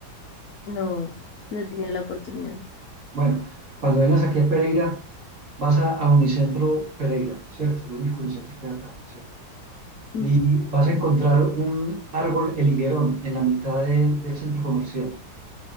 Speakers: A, on the left (about 65°); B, on the right (about 40°).
A: no, no he tenido la oportunidad.
B: Bueno, cuando vengas aquí a Pereira, vas a, a Unicentro Pereira, ¿cierto? El único Unicentro que hay acá, pues, ¿cierto?
A: Ujú,
B: Y vas a encontrar un árbol, el higuerón, en la mitad de- del centro comercial.